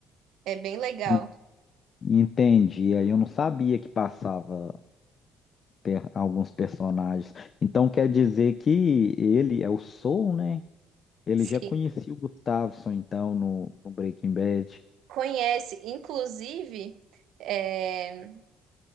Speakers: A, on the right (about 70°); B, on the left (about 30°).
A: É bem legal.
B: En- Entendi. Aí eu não sabia que passava per- alguns personagens. Então quer dizer que ele é o Soul, né? Ele
A: Sim,
B: já conhecia o Gustavo, então, no, no Breaking Bad.
A: conhece. Inclusive, é,